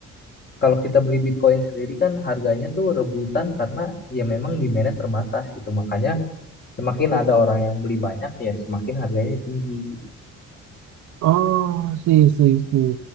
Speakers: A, on the left (about 35°); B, on the right (about 70°).
A: kalau kita beli Bitcoin sendiri kan harganya tuh rebutan karena ya memang demand-nya terbatas gitu. Makanya semakin ada orang yang beli banyak ya semakin harganya tinggi. gitu.
B: Oh, sih sih sih.